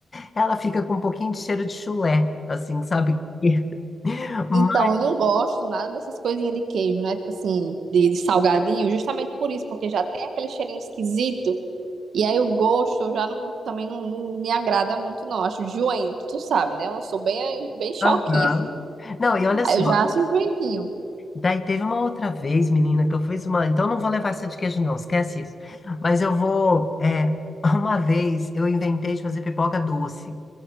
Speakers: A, on the left (about 25°); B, on the right (about 65°).
A: ela fica com um pouquinho de cheiro de chulé, assim, sabe? <laughs> Mas,
B: Então, eu não gosto nada dessas coisinhas de queijo, né? Tipo assim, de, de salgadinho, justamente por isso, porque já tem aquele cheirinho esquisito. E aí o gosto eu já não, também não, não me agrada muito, não. Acho enjoento, tu sabe, né? Eu sou bem, bem choquinha.
A: Aham. Não, e olha
B: <laughs> Aí
A: só.
B: eu já acho enjoentinho.
A: Daí teve uma outra vez, menina, que eu fiz uma. Então não vou levar essa de queijo, não, esquece isso. Mas eu vou. é, <laughs> Uma vez eu inventei de fazer pipoca doce.